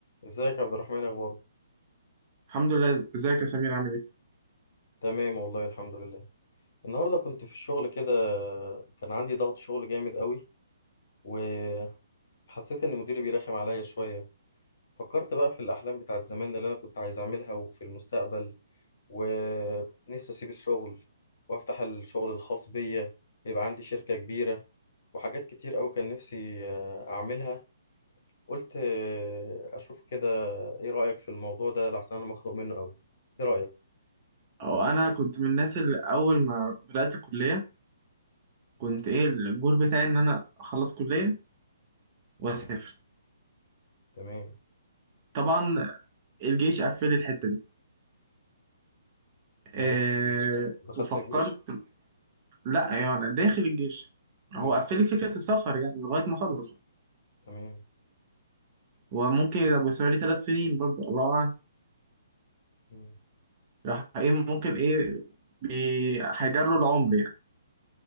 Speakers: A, on the left; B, on the right.
A: ازيك يا عبد الرحمن اخبارك
B: الحمد لله ازيك يا سمير عامل ايه؟
A: تمام والله الحمد لله النهارده كنت في الشغل كده كان عندي ضغط شغل جامد قوي وحسيت ان مديري بيرخم عليا شويه فكرت بقى في الاحلام بتاعت زمان اللي انا كنت عايز اعملها وفي المستقبل ونفسي اسيب الشغل وافتح الشغل الخاص بيا يبقى عندي شركه كبيره وحاجات كتير قوي كان نفسي آه، اعملها قلت آه، اشوف كده ايه رايك في الموضوع ده لحسن انا مخنوق منه قوي ايه رايك
B: أو انا كنت من الناس اللي اول ما بدأت الكلية كنت ايه الجول بتاعي ان انا اخلص كلية واسافر
A: تمام
B: طبعا الجيش قفل لي الحتة دي أه
A: يعني انت دخلت
B: وفكرت
A: الجيش
B: لا يعني داخل الجيش
A: مم.
B: هو قفل لي فكرة السفر يعني لغاية ما اخلص بقى.
A: تمام
B: وممكن يبقى بالنسبه لي ثلاث سنين برضه الله اعلم
A: مم.
B: راح ايه ممكن ايه بي- هيجروا العمر يعني